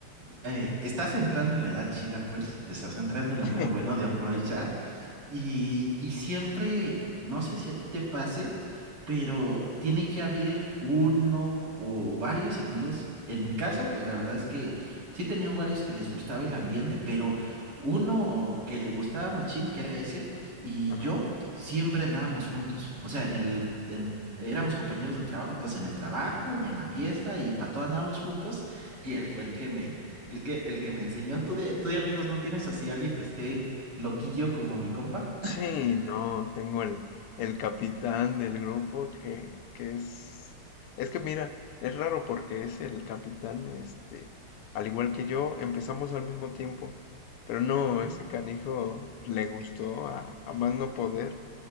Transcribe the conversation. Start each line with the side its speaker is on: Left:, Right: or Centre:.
Right: eh, estás entrando en la edad chida, pues, estás entrando en lo
Left: <laughs>
Right: mero bueno de aprovechar. Y, y siempre, no sé si a ti te pase, pero tiene que haber uno o varios amigos. En mi caso, pues la verdad es que sí tenían varios que les gustaba el ambiente, pero uno que le gustaba machín, que era ese, y
Left: Ajá.
Right: yo siempre andábamos juntos. O sea, en el, en- éramos compañeros de trabajo, entonces en el trabajo y en la fiesta y para todo andábamos juntos. Y él fue el que me, el que, el que me enseñó. ¿Tú de, tú de amigos no tienes así alguien que esté loquillo como mi compa.
Left: Sí, no, tengo el, el capitán del grupo que, que es... Es que mira, es raro porque es el capitán, este, al igual que yo, empezamos al mismo tiempo, pero no,
Right: <laughs>
Left: ese canijo le gustó a, a más no poder